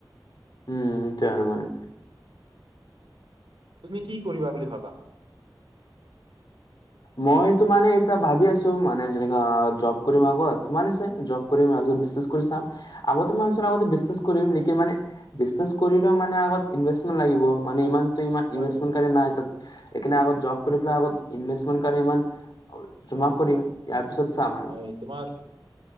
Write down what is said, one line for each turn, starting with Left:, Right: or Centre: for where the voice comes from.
Left: উম এইটোয়ে আৰু মানে।
Right: তুমি কি কৰিবা বুলি ভাবা
Left: মইটো মানে এয়া ভাবি আছো মানে যেনেকা জব কৰিম আগত তোমাৰ নিচিনাই জব কৰিম বিজনেছ কৰি চাম আগতে মই ভাবিছিলো কৰি মানে বিজনেচ কৰিলে মানে আগত ইনভেচমেন্ট লাগিব মানে ইমান ইমান
Right: হয়
Left: ইনভেষ্টম
Right: হয়
Left: কাৰি নাই তাত লেকিন আগত জব আগত এনভেছমেণ্ট কাৰণে ইমান জমা
Right: হয়
Left: কৰিম ইয়াৰ পিছত চাম আৰু
Right: হয় তোমাৰ